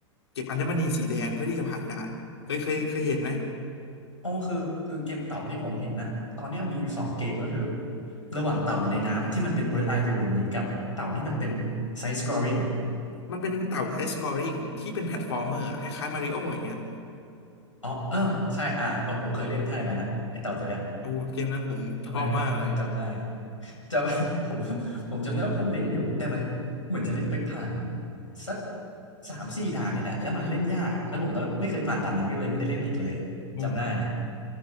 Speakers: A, on the left; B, on the left.
A: เก็บอัญมณีสีแดงเพื่อที่จะผ่านด่านเคยเคยเคยเห็นไหม
B: <laughs> อ๋อคือคือเกมเต่าที่ผมเห็นนะตอนเนี้ยมีอยู่สองเกมก็คือระหว่างเต่าอยู่ในน้ำที่มันเป็น bird eye view แบบนี้กับเต่าที่มันเป็น side scrolling
A: มันเป็นเต่าไฮสกอริงที่เป็นแพลตฟอร์มเมอร์อะคล้ายๆมาริโออย่างเงี้ย
B: อ๋อเออใช่อ่ะเออผมเคยเล่นถ้าอย่างนั้นอะไอเต่าตัวเนี้ย
A: โอ้เกมนั้นผมชอบมากเลย
B: โอเคโอเคจำได้จำ <laughs> ผมผมจำได้ว่าผมเล่นอยู่แต่มันเหมือนจะเล่นไปผ่านสักสามสี่ด่านนี่แหละแล้วมันเล่นยากอะแล้วผมก็ไม่เคยผ่านด่านนั้นก็เลยไม่ได้เล่นอีกเลยอะจำได้นะ
A: ผม